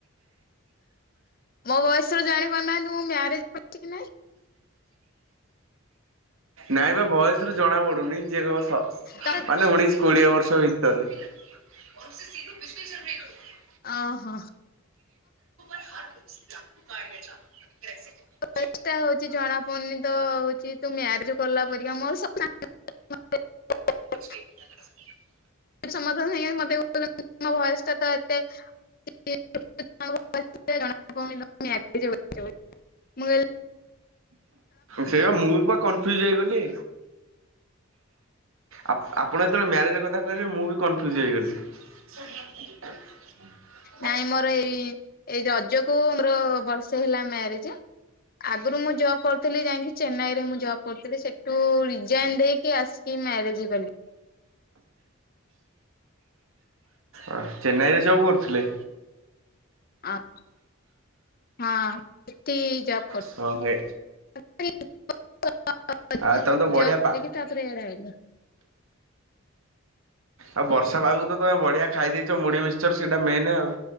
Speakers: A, on the left (about 40°); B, on the right (about 75°).
A: ମୋ ବୟସରେ ଜାଣି ପାରୁ ନାହାନ୍ତି ମୁଁ ମ୍ୟାରେଜ କରିଛି କି ନାଇଁ
B: ନାଇଁ ବା ଭୟସ ରୁ ଜଣା ପଡୁନି ଯିଏ କହ ସ
A: ତମେ
B: ମାନେ ଉଣେଇଶ କୋଡିଏ ବର୍ଷ ଭିତରେ। ଓଉେ ସିଧୁ ବିଜଳି ଜନରେଟ ହୋଇତି।
A: ଓହୋ।
B: ହ ରୋ ଲା କାଆ
A: ଚେଷ୍ଟା ହଉଛି ଜଣାପଡୁନି ତ ତୁ ମ୍ୟାରେଜ କଲା ପରିକା ମୋର <unintelligible> <inaudible>
B: <unintelligible>
A: ସମାଧାନ ମତେ ବୟସ ଏତେ <unintelligible> <unintelligible>
B: ସେଇ ମୁଁ ପୁରା କନଫ୍ୟୁଜ ହେଇଗଲି। ଆ ଆପଣ ଯେତେବେଳେ ମ୍ୟାରେଜ କଥା କହିଲେ ମୁଁ ବି କନଫ୍ୟୁଜ୍ ହେଇଗଲି। ସେ
A: ନାଇଁ ମୋର ଏଇ ଏଇ ରଜକୁ ମୋର ବର୍ଷେ ହେଲା ମ୍ୟାରେଜ। ଆଗରୁ ମୁଁ ଜବ୍ କରିଥିଲି ଯାଇକି ଚେନ୍ନାଇ ରେ ମୁଁ ଜବ୍ କରିଥିଲି ସେଠୁ ରିଜାଇନ ଦେଇକି ଆସି କି ମ୍ୟାରେଜ କଲି।
B: ହଁ ଚେନ୍ନାଇରେ ଜବ୍ କରୁଥିଲେ।
A: ଆ ହଁ ଏ <unintelligible>
B: ଶହେ।
A: <unintelligible> ତାପରେ ଇଆଡ଼େ
B: ଆଉ ତମେ ତ ବଢିଆ ପା
A: ଅଇଲା।
B: ଆଉ ବର୍ଷା ପାଗକୁ ତମେ ବଢିଆ ଖାଇ ଦେଇଛ ମୁଢି ମିିକଶର ସେଇଟା ମେନ ଆଉ।